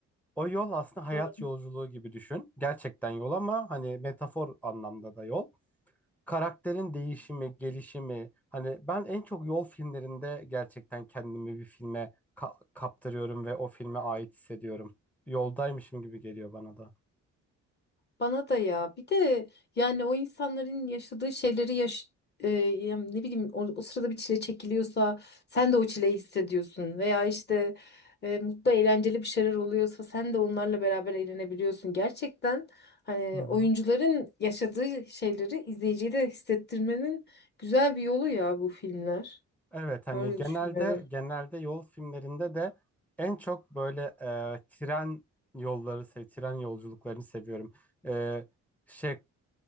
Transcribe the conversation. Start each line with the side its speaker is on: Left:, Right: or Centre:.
Centre: O yol aslında hayat
Left: Doğru.
Centre: yolculuğu gibi düşün. Gerçekten yol ama hani metafor anlamda da yol. karakterin değişimi, gelişimi hani ben en çok yol filmlerinde gerçekten kendimi bir filme ka- kaptırıyorum ve o filme ait hissediyorum. Yoldaymışım gibi geliyor bana da.
Left: Bana da ya bir de yani o insanların yaşadığı şeyleri yaş e, yani ne bileyim o, o sırada bir çile çekiliyorsa sen de o çileyi hissediyorsun veya işte e, mutlu eğlenceli bir şeyler oluyorsa sen de onlarla beraber eğlenebiliyorsun. Gerçekten hani
Centre: Hı hı.
Left: oyuncuların yaşadığı şeyleri izleyiciye de hissettirmenin güzel bir yolu ya bu filmler.
Centre: Evet hani
Left: Öyle
Centre: genelde
Left: düşünüyorum.
Centre: genelde yol filmlerinde de en çok böyle e, tren yolları, se- tren yolculuklarını seviyorum. E, şey